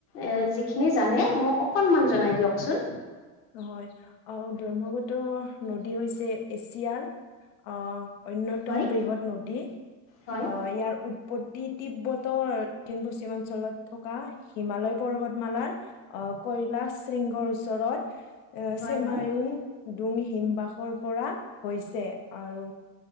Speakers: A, on the left; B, on the left.
A: এ যিখিনি জানে মোক অকনমান জনাই দিয়কচোন।
B: হয়ঁ ব্ৰহ্মপুত্ৰ নদী হৈছে- যে এছিয়াৰ অ অন্যতম
A: হয়
B: বৃহৎ নদী।
A: হয়
B: অঁ ইয়াৰ ওপৰ- উৎপত্তি তিব্বৰ দক্ষিণ পশ্চিমাঞ্চলত থকা হিমালয় পৰ্বতমালাৰ- আহ কৈলাশ সৃংগৰ ওচৰত
A: হয়
B: ছেমায়ুং-
A: হয়
B: ডুং হিমবাসৰ পৰা হৈছে আৰু